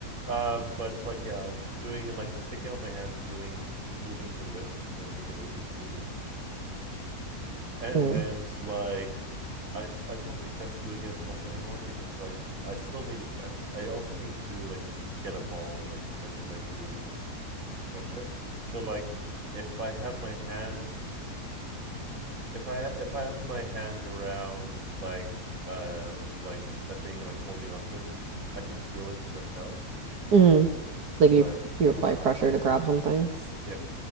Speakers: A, on the right; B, on the right.
A: Um, but like, yeah, doing like sticking out my hand and doing moving the wrist and doing it the ABCs, and
B: Mm.
A: then it's like, I I don't think that's doing as much anymore because like I still need to stretch. I also need to like t- get a ball and like stretch, like do like sc- scrunch it. So like, if I have my hands. if I if I have my hand around like uh like a thing like holding onto it, I can feel it stretch out.
B: Mm. Like you
A: But
B: you apply pressure to grab something.
A: yeah.